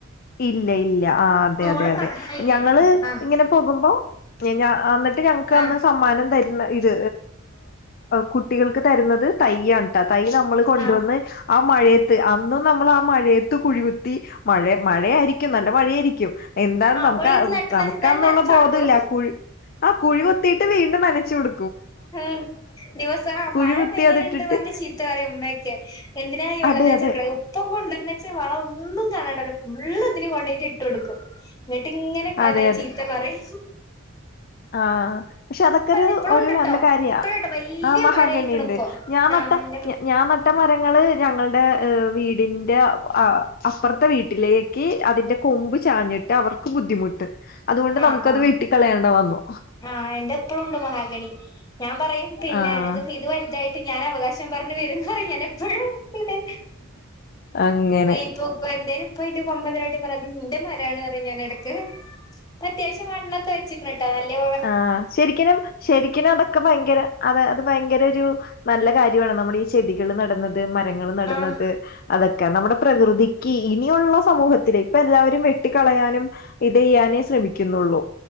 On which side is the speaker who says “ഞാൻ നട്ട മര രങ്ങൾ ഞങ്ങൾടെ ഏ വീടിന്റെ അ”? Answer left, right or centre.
Left